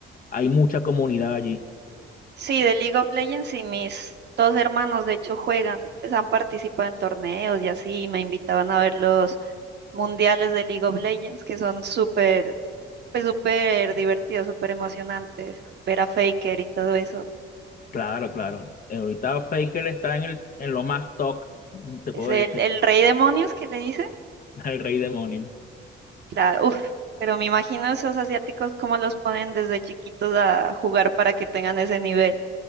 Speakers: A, on the left; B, on the right.
A: hay mucha comunidad allí.
B: Sí, de League of Legends y mis dos hermanos de hecho juegan, pues han participado en torneos y así, y me invitaban a ver los mundiales de League of Legends que son súper, pues súper divertidos, súper emocionantes, ver a Faker y todo eso.
A: Claro, claro. Eh, Ahorita Faker está en el, en lo más top, te puedo
B: Es el,
A: decir,
B: el rey demonios que le dicen,
A: <laughs> el rey demonio.
B: claro, uff, pero me imagino esos asiáticos cómo los ponen desde chiquitos a jugar para que tengan ese nivel.